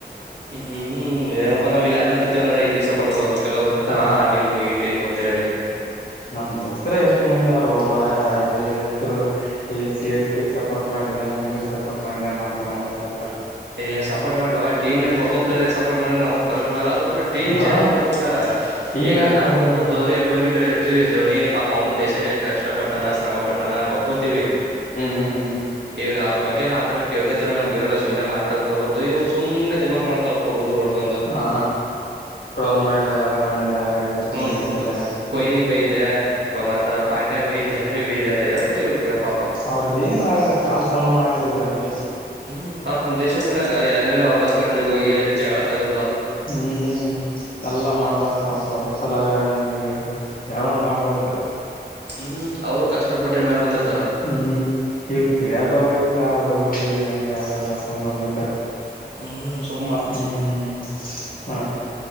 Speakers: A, on the right (about 80°); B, on the left (about 55°).
A: ಹ್ಮ್ ಏನಪ್ಪಾ ನಾವ್ ಇಲ್ಲಿ ಅನ್ನ ತಿಂತೀವಿ ಅಂದ್ರ ಇಲ್ಲಿ ಸಪೋರ್ಟ್ ಮಾಡ್ಬೇಕು ಕೆಲವಬ್ರು ಇರ್ತಾರ
B: ಹಾ
A: ಆ ಟೀಮು ಈ ಟೀಮು ಅಂತ ಹೇಳಿ.
B: ನಮ ದೋಸ್ತ್ರಿ ಎಷ್ಟ್ ಮಂದಿ ಆರೋ ಮಾರಾಯ ಇಲ್ಲಿದ್ದು ಎ ಸಿ ಎಸ್ ಕೆ ಸಪೋರ್ಟ್ ಮಾಡಿದೆ ಮುಂಬೈ ಸಪೋರ್ಟ್ ಮಾಡಿದೆ ಮಾಡ್ತಾರ ಮಕ್ಕಳ ಎಲ್ಲಾರ.
A: ಏ ಸಪೋರ್ಟ್ ಮಾಡ್ಲೋ ಟೀಮ್ ನ್ಯಾಗ ಒಬ್ಬ ಪ್ಲೇಯರ್ಗೆ ಸಪೋರ್ಟ್ ಮಾಡಿದ್ರೆ ನಮ ಪರಾಕ್ ಬುಳಲ ಅದು ಬಿಟ್ಟ. ಟೀಮ್
B: ಹಾ
A: ಚೇಂಜ್ ಮಾಡ್ತಾರಲ್ಲಾ
B: ಟೀಮ್
A: ಈಗ
B: ಯಾಕ್
A: ನಾವು
B: ಹ್ಮ್
A: ಧೋನಿ ಅಭಿಮಾನಿಗಳು ಇರ್ತಿವಿ ಧೋನಿ- ಪಾಪ ಅವನು ದೇಶಕ್ಕೆ ಕಷ್ಟಪಟ್ಟಾನ ಶ್ರಮ ಪಟ್ಟಾನ ಒಪ್ಕೋತೀವಿ.
B: ಹ್ಮ್ ಹ್ಮ್
A: ಈವಾಗ ಅವ್ರ ಬಗ್ಗೆ ಮಾತಾಡಕ್ಕೆ ಯೋಗ್ಯತೆ ನಮ್ಗೆ ಇರಲ್ಲ ಸುಮ್ಮನೆ ಮಾತ- ತಡಕಬಾರದು ಇವು ಸುಮ್ಮನೆ ದಿಮಾಕ್ ಮಾಡತಪ್ಪ ಹುಡುಗರು. ಒಂದೊಂದು
B: ಹಾ ಟ್ರೋಲ್ ಮಾಡಿದೆ ಅದು ಮಾಡಿದೆ. ತ್ತು
A: ಹ್ಮ್
B: ಮಾಡಿದ ಹ
A: ಕೊಹ್ಲಿ ಬೈದೆ ಮತ್ತ ಪಾಂಡ್ಯ ಬೈದೆ ಅವ್ರಿಗೆ ಬೈದೆ ಆತ ಎದಕ್ ಬೈಬೇಕ ಹೇಳ ಪಾಪ
B: ಅವ್ರದ ಏನ್ ಆಗಲ್ಲ ಕಾಲ ಸಮಾನ ಆಗ. ಲಿ ಇವರಂಗಗೆ.
A: ಹ್ಮ್ ಪಾಪ್ ನಮ್ ದೇಶದ ಸಲಯಗ ಎ ಔಟ್ ಆಫ್ ಕಂಟ್ರಿಗೆ ಹೋಗಿ ಅಲ್ಲಿ ಜಗಳ- ತೆಗೆದು.
B: ಹ್ಮ್ ಎಲ್ಲಾ ಮಾಡ್ದಾರ ಪಾಪ ಅವರು ಸಲ ಗ ಹ್ಹ್. ದು ಎಲ್ಲ ಮಾಡಬಾರದು.
A: ಹ್ಮ್ ಅವರು ಕಷ್ಟಪಟ್ಟೆ ಮ್ಯಾಲ ಬಂದಿರ್ತಾರೆ.
B: ಹ್ಮ್ ಇವ ತಿಳಿಯಲ್ಲ ಇವಕ ಹುಡುಗರ್ರಿಗೆ ಹಂಗಾಗ. ಎಲ್ಲ ಸವಂದೊಂದಕ್ಕ.
A: ಹ್ಮ್ ಸ -
B: ಹ್ಮ್ ಹ